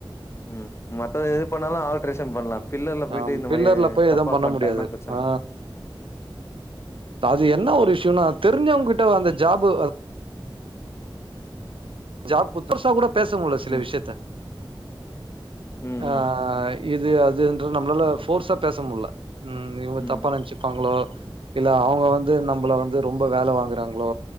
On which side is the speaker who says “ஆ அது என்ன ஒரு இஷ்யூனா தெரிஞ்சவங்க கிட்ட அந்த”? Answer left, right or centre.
Right